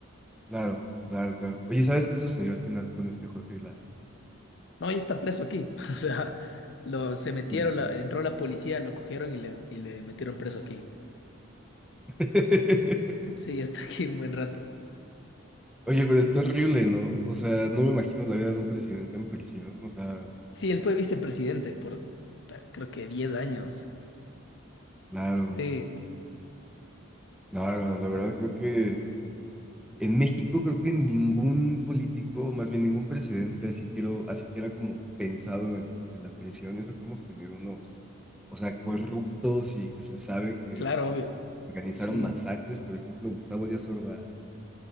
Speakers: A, in the centre; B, on the left.
A: claro, claro, claro. Oye, ¿sabes qué sucedió al final con este Jorge Glass?
B: No, ya está preso aquí. <laughs> O sea, lo, se metieron,
A: Ya.
B: la- entró la policía, lo cogieron y le, y le metieron preso aquí.
A: <laughs>
B: Sí, está aquí un buen rato.
A: Oye, pero está horrible, ¿no? O sea, no me imagino la vida de un presidente en prisión, o sea,
B: Sí, él fue vicepresidente por ta- creo que 10 años.
A: claro,
B: Sí,
A: claro, la verdad creo que En México creo que ningún político, más bien ningún presidente, así quiero, así que era como pensado en, en la prisión, eso que hemos tenido unos, o sea, corruptos y que se sabe que
B: claro, obvio.
A: organizaron
B: Sí,
A: masacres, por ejemplo, Gustavo Díaz Ordaz,